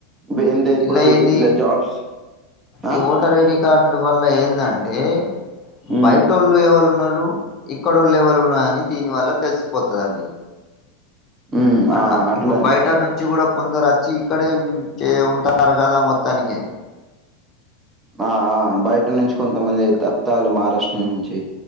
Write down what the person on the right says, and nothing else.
ఇప్పుడు ఏందో ఇప్పుడు
ఇట్లా జాబ్స్ ఆ
ఉమ్
ఉమ్
ఆ అట్లానే
ఆ ఆ బయట నుంచి కొంతమంది తత్తాలు మహారాష్ట్ర నుంచి